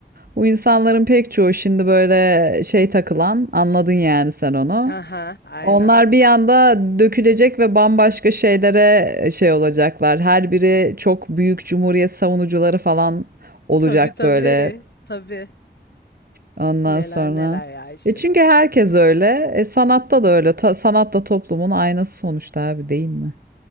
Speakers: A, on the right; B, on the left.
A: bu insanların pek çoğu şimdi böyle şey takılan, anladın yani sen onu.
B: Aha, aynen.
A: Onlar bir anda dökülecek ve bambaşka şeylere e, şey olacaklar. Her biri çok büyük cumhuriyet savunucuları falan olacak
B: Tabii tabii.
A: böyle.
B: Tabii.
A: Ondan
B: Neler
A: sonra.
B: neler ya işte.
A: E çünkü herkes öyle. E sanatta da öyle. Ta- sanat da toplumun aynası sonuçta abi değil mi?